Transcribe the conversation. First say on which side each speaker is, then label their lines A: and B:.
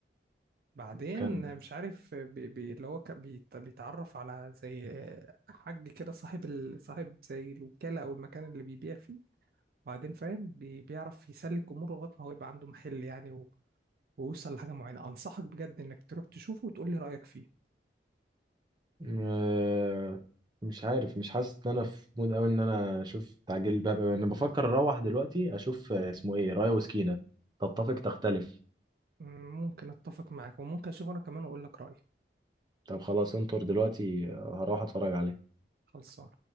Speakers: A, on the right (about 55°); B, on the right (about 25°).
A: بعدين
B: كان
A: مش عارف بي بي اللي هو كان بيت- بيتعرف على زي آه، حاج كده صاحب ال... صاحب زي الوكالة او المكان اللي بيبيع فيه بعدين فاهم بي بيعرف يسلك اموره لغاية ما هو يبقى عنده محل يعني ويوصل لحاجة معينة أنصحك بجد إنك تروح تشوفه وتقول لي رأيك فيه
B: آه، مش عارف مش حاسس ان انا في مود قوي ان انا اشوف تعجيل الباب أوي. انا بفكر اروح دلوقتي اشوف آه، اسمه ايه رايا وسكينة تتفق تختلف
A: مم، ممكن أتفق معاك وممكن أشوفه أنا كمان وأقول لك رأيي
B: طب خلاص انطر دلوقتي آه، هروح اتفرج عليه
A: خلصان